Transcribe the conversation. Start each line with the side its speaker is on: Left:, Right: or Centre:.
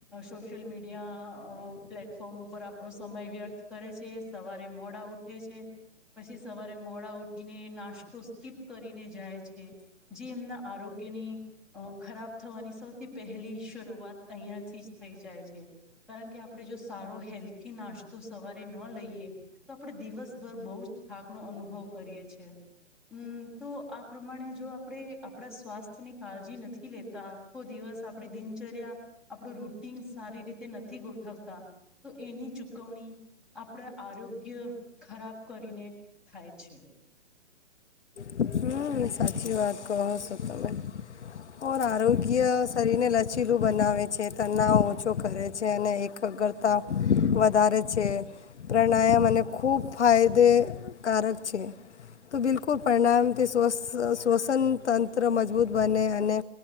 Centre: સોશિયલ મીડિયા અ પ્લેટફોર્મ ઉપર આપણો સમય વ્યર્થ કરે છે સવારે મોડા ઉઠે છે પછી સવારે મોડા ઉઠીને નાસ્તો સ્કીપ કરીને જાય છે જે એમના આરોગ્યની ખરાબ થવાની સૌથી પહેલી શરૂઆત અહીંયા થીજ થઈ જાય છે. કારણ કે આપણે જો સારો હેલ્થી નાસ્તો સવારે ન લઈએ તો આપણે દિવસભર બહુ જ થાક નો અનુભવ કરીએ છી હમ તો આ પ્રમાણે જો આપણે આપણા સ્વાસ્થ્યની કાળજી નથી લેતા આખો દિવસ આપણી દિનચર્યા આપણું રૂટીન સારી રીતે ન થી ગોઠવતા તો એની ચૂકવણી આપણા આરોગ્ય ખરાબ કરીને થાય છે.
Left: હમ સાચી વાત કહો સો તમે ઓર આરોગ્ય શરીરને લચીલું બનાવે છે તનાવ ઓછો કરે છે અને એકગ્રતા વધારે છે પ્રાણાયામ અને ખૂબ ફાયદેકારક છે તો બિલકુલ પરિણામથી શવસ શ્વસન તંત્ર મજબૂત બને અને